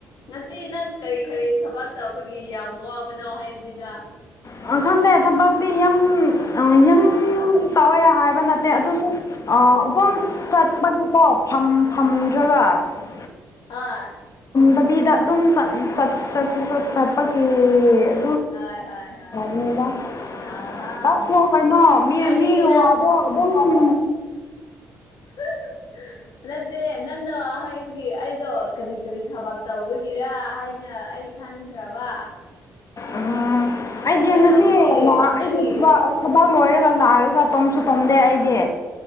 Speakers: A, on the left (about 60°); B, on the left (about 45°).
A: ꯉꯁꯤ ꯅꯪ ꯀꯔ꯭ꯤ ꯀꯔ꯭ꯤ ꯊꯕꯛ ꯇꯧꯕꯒꯤ ꯌꯥꯝ ꯋꯥꯕꯅꯣ ꯍꯥꯏꯕꯅꯤꯗ
B: ꯑꯥ ꯋꯥꯈꯟꯗꯩ ꯊꯕꯛꯇꯗꯤ ꯌ ꯌ ꯇꯧꯋꯦ ꯍꯥꯏꯕ ꯅꯠꯇꯦ ꯑꯗꯨꯁꯨ ꯑꯥ ꯑꯗꯨꯝ ꯆꯠꯄꯒꯤꯀꯣ ꯐꯝ ꯐꯝꯗ꯭ꯔ <unintelligible>
A: ꯑ <unintelligible>
B: ꯕꯤꯗ ꯑꯗꯨꯝ ꯆꯠ ꯆꯠ ꯆꯠ ꯆꯠꯄꯒꯤ
A: ꯍꯣꯏ ꯍꯣꯏ ꯍꯣꯏ
B: ꯑꯗꯨꯒꯕ <unintelligible>
A: ꯑꯥ
B: ꯉꯁꯨ ꯀꯩꯅꯣ ꯃꯤꯃꯤꯒꯤ
A: ꯍꯥꯏꯗꯤ
B: ꯋꯥꯗꯣ ꯑꯗꯨꯝ
A: ꯎ <unintelligible> ꯅꯠꯇꯦ ꯅꯪꯅ ꯍꯥꯏꯕꯒꯤ ꯑꯩꯗꯣ ꯀꯔ꯭ꯤ ꯀꯔ꯭ꯤ ꯊꯕꯛ ꯇꯧꯕꯒꯤꯔꯥ ꯍꯥꯏꯅ ꯑꯩ ꯈꯪꯈꯔꯕꯥ
B: ꯎꯝ ꯑꯩꯗꯤ ꯉꯁꯤ
A: ꯇꯧꯕꯗꯤ
B: ꯂꯥꯛ
A: ꯅꯪꯒꯤ
B: ꯑꯩꯁꯕ ꯊꯕꯛ ꯂꯣꯏꯔꯒ ꯂꯥꯛꯑꯔꯒ ꯇꯣꯝꯁꯨ ꯇꯣꯝꯗꯦ ꯑꯩꯗꯤ